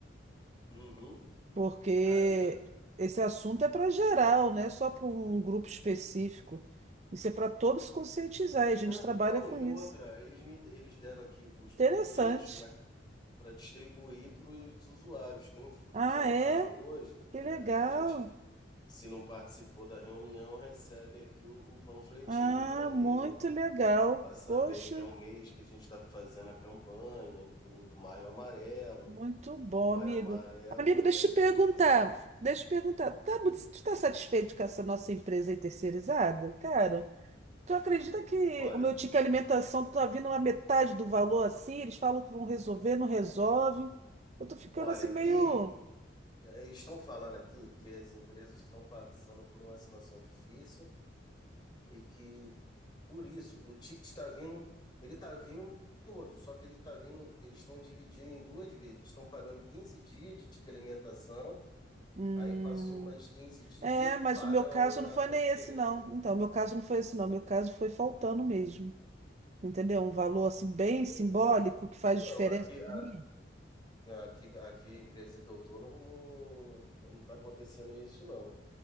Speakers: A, on the left (about 25°); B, on the right (about 35°).
A: Uhum.
B: Porque
A: Aí vai-
B: esse assunto é para geral, não é só para um grupo específico. Isso é para todos conscientizar. E a
A: Não,
B: gente trabalha com
A: e outra,
B: isso.
A: eles me eles deram aqui os panfletos
B: Interessante.
A: para para distribuir para os usuários. Quem usar
B: Ah,
A: o
B: é?
A: carro hoje,
B: Que
A: é,
B: legal.
A: a gente, se não participou da reunião, recebe aqui o, o panfletinho
B: Ah,
A: para ler,
B: muito legal.
A: para saber
B: Poxa.
A: que é um mês que a gente está fazendo a campanha do, do Maio Amarelo.
B: Muito bom,
A: O maio
B: amigo.
A: amarelo
B: Amigo,
A: é
B: deixa
A: de
B: eu te perguntar.
A: prevenção.
B: Deixa eu te perguntar. Tá, mu- tu tá satisfeito com essa nossa empresa aí terceirizada? Cara, tu acredita que
A: Olha,
B: o meu ticket alimentação tá vindo a metade do valor assim? Eles falam que vão resolver, não resolve. Eu tô ficando
A: olha,
B: assim meio.
A: ele eh, estão falando aqui que as empresas estão passando por uma situação difícil e que por isso o ticket está vindo, ele está vindo todo, só que ele está vindo, eles estão dividindo em duas vezes. Estão pagando 15 dias de ticket alimentação,
B: Hum,
A: aí passou mais 15 dias,
B: é, mas
A: paga
B: o meu
A: a,
B: caso não foi nem
A: a diferença.
B: esse, não. Então, o meu caso não foi esse, não. O meu caso foi faltando mesmo. Entendeu? Um valor assim bem
A: Meu
B: simbólico
A: Deus,
B: que faz
A: Não,
B: diferença
A: aqui,
B: para mim.
A: a- aqui, aqui a empresa que eu tô não, não, não tá acontecendo isso, não.